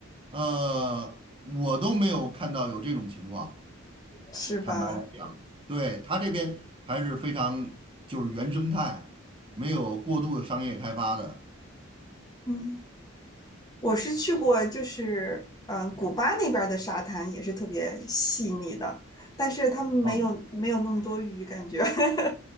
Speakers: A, on the right; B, on the left.
A: 呃，我都没有看到有这种情况。
B: 是吧？
A: 坦白来讲，对，它这边还是非常就是原生态，没有过度的商业开发的，
B: 嗯，我是去过，就是嗯，古巴那边儿的沙滩也是特别细腻的，但是他们没有没有那么多鱼，
A: 嗯，
B: 感觉。<laughs>